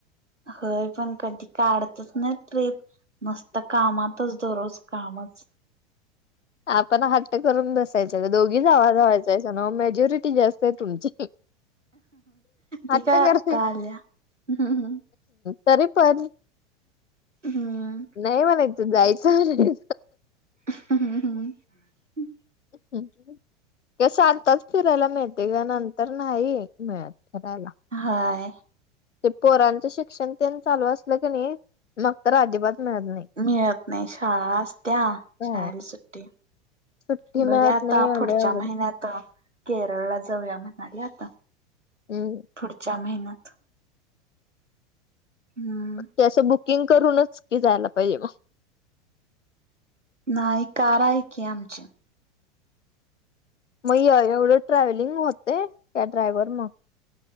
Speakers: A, on the right; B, on the left.
A: होय पण कधी काढतच नाही ट्रिप. नुसतं कामातच, दररोज कामच.
B: आपण हट्ट करून बसायचं. दोघी जावा जावाचायस ना मग मेजोरिटी ती जास्त आहे तुमची.
A: ती
B: हट्ट
A: काय आत्ता
B: करा.
A: आल्या हम्म
B: तरी पण.
A: हम्म
B: नव्हं, जायचं
A: <unintelligible>
B: <unintelligible> ते शांतच फिरायला मिळते. या नंतर नाही हे मिळत फिरायला.
A: हाय!
B: ते पोरांचं शिक्षण तेन चालू असलं कनी, मग तर अजिबात मिळत नाई.
A: मिळत नाही. शाळा असत्या,
B: हो
A: शाळेल सुट्टी
B: सुट्टी
A: बघू
B: मिळत
A: आता,
B: नाही
A: पुढच्या
B: लय अवघड
A: महिन्यात, केरळला जाऊया म्हणाले आता.
B: ऊं
A: पुढच्या महिन्यात. हम्म
B: ते असं बुक किंग करूनच की जायला पाहिजे मग.
A: न्हाई, कार आहे की आमची.
B: मग एवढं ट्रॅव्हलिंग होतंय? का ड्रायव्हर न्हाय.